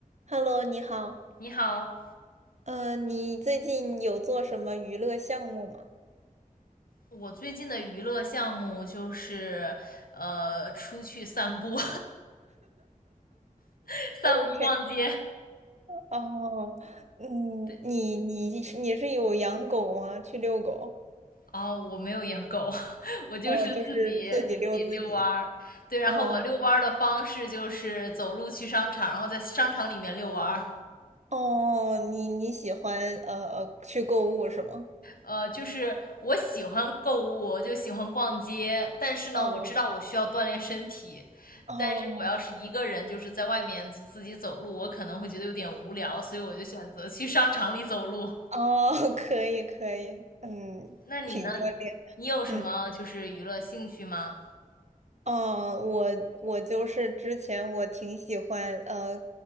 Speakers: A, on the right; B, on the left.
A: Hello，你好。
B: 你好，
A: 呃，你最近有做什么娱乐项目吗
B: 我最近的娱乐项目就是呃出去散步、<laughs> 散步、
A: ？OK，
B: 逛街。
A: 哦，嗯，
B: 对，
A: 你你是你是有养狗吗？去遛狗？
B: 哦，我没有养狗，<laughs> 我就是自己自己遛弯儿。
A: 哦，就是自己遛自己。
B: 对，然后我遛弯儿的方式就是走路去商场，
A: 哦
B: 然后在商场里面遛弯儿。
A: 哦，你你喜欢呃呃去购物是吗？
B: 呃，就是我喜欢购物，就喜欢逛街，但是呢，
A: 嗯，
B: 我知道我需要锻炼身体，
A: 哦
B: 但是我要是一个人，就是在外面就自己走路，我可能会觉得有点无聊，所以我就选择去商场里走路。
A: 哦，<laughs> 可以可以，嗯，
B: 那你呢？
A: 挺锻炼。
B: 你有什么就是娱乐兴趣吗？
A: 嗯。嗯，我我就是之前我挺喜欢呃